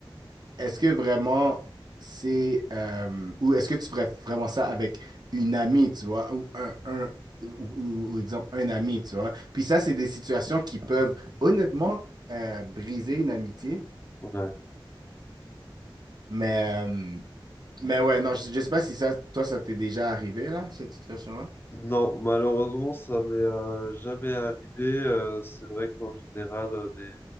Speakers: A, on the right (about 50°); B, on the left (about 25°).
A: Est-ce que vraiment c'est euh, ou est-ce que tu ferais vraiment ça avec une amie, tu vois, ou un, un ou, ou- ou exemple un ami, tu vois. Puis ça, c'est des situations qui peuvent honnêtement euh, briser une amitié.
B: Ouais.
A: Mais euh, mais ouais, non, je, je sais pas si ça, toi, ça t'est déjà arrivé là, cette situation-là.
B: Non, malheureusement, ça m'est euh, jamais arrivé. Euh, c'est vrai qu'en général, euh, des,